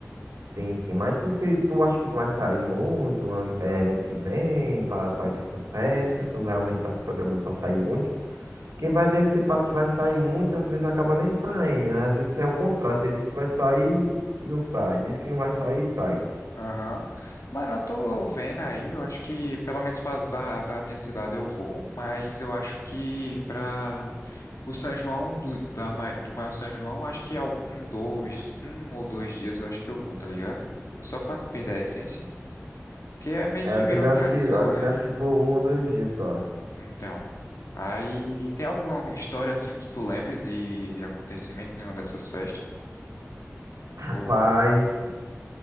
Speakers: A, on the right; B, on the left.
A: Sim, sim. Mas tu, se, tu acha que tu vai sair muito, an- é, mês que vem, pra, pra ir pra essas festas? Tu realmente tá se programando pra sair muito? Porque vai ver, você fala que vai sair muito, às vezes acaba nem saindo, né? Às vezes é o contrário, você diz que vai sair e não sai, diz que não vai sair e sai.
B: Aham. Mano, eu tô vendo aí, eu acho que pelo menos pra, da, da minha cidade eu vou, mas eu acho que pra o São João, do, da, ma- do maior São João, eu acho que é um, dois, um ou dois dias eu acho que eu vou, tá ligado? Só pra não perder a essência, porque é meio
A: É,
B: que
A: eu
B: virou
A: também
B: tradição,
A: acho que, eu
B: né?
A: também acho que foi um ou dois dias só.
B: Então, aí tem alguma história assim que tu lembre de acontecimento em uma dessas festas?
A: Rapaz,
B: Ou,